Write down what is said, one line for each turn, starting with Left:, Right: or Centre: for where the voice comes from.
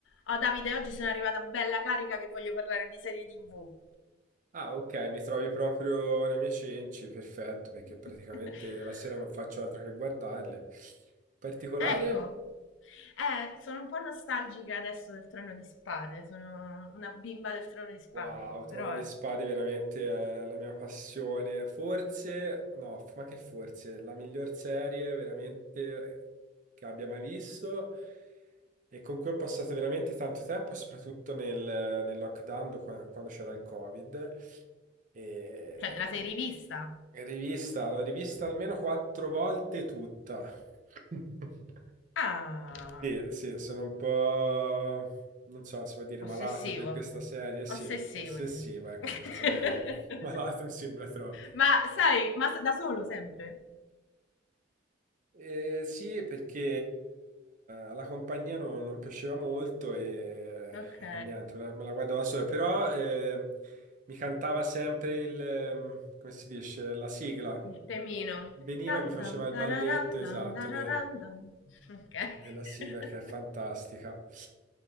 Left: Oh Davide, oggi sono arrivata bella carica che voglio parlare di serie TV.
Right: Ah, ok, mi trovi proprio nei miei cenci, perfetto, perché
Left: <laughs>
Right: praticamente la sera non faccio altro che guardarle. Particolare?
Left: Ecco, eh, sono un po' nostalgica adesso del Trono di Spade, sono una bimba del Trono di Spade
Right: Wow,
Left: io,
Right: Trono
Left: però...
Right: di
Left: eh.
Right: Spade veramente è la mia passione. Forse, no, ma che forse, la miglior serie veramente che abbia mai visto e con cui ho passato veramente tanto tempo, soprattutto nel, nel lockdown, do- quando c'era il Covid. E
Left: Cioè, te la sei rivista?
Right: rivista, l'ho rivista almeno quattro volte tutta. <laughs>
Left: Ah,
Right: Sì, sì, sono un po', non so se vuol dire
Left: ossessivo.
Right: malato per questa serie, sì,
Left: Ossessivo,
Right: ossessiva,
Left: sì.
Right: ecco,
Left: <laughs>
Right: forse è meglio. <laughs> Malato mi sembra troppo.
Left: ma sai, ma da solo sempre?
Right: Eh, sì, perché alla compagnia non, non piaceva molto e,
Left: Ok.
Right: e niente, me la, me la guardavo da sola, però eh, mi cantava sempre il, ehm, come si dice, la sigla.
Left: Il temino.
Right: Veniva
Left: Tan
Right: e mi faceva
Left: tan
Right: il
Left: tararam,
Right: balletto, esatto,
Left: tan tararam,
Right: de-
Left: tan. Ok.
Right: della sigla
Left: <laughs>
Right: che è fantastica.